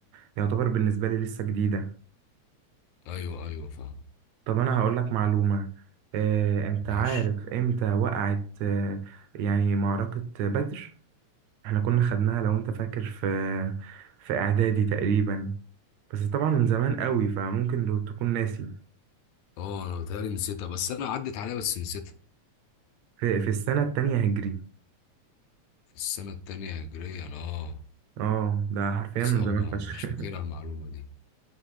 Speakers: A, on the right; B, on the left.
A: فيعتبر بالنسبه لي لسه جديده
B: ايوه ايوه فاهم
A: طب انا هقول لك معلومه آه، انت
B: ماشي
A: عارف امتى وقعت آه، يعني معركه بدر احنا كنا خدناها لو انت فاكر في في اعدادي تقريبا بس طبعا من زمان قوي فممكن لو تكون ناسي
B: اه انا بتهيألي نسيتها بس انا عدت عليها بس نسيتها
A: في, في السنه التانية هجري
B: في السنه التانية هجريا اه
A: اه ده حرفيا
B: بس
A: من
B: اه
A: زمان
B: ما-
A: فشخ
B: مش فاكرها المعلومه دي